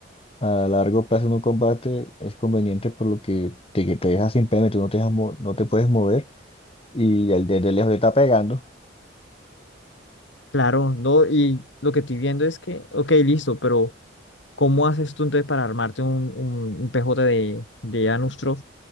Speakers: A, on the left; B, on the left.
A: a largo plazo en un combate es conveniente por lo que te, que te dejas sin PM, tú no te dejas mo- no te puedes mover, y el de, de lejos te está pegando.
B: Claro, ¿no? Y lo que estoy viendo es que, ok, listo, pero ¿cómo haces tú entonces para armarte un, un, un PJ de, de Anustro